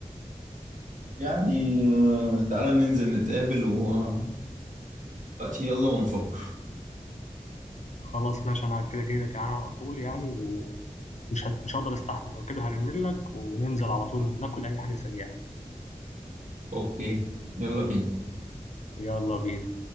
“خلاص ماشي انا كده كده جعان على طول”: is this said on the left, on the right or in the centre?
Left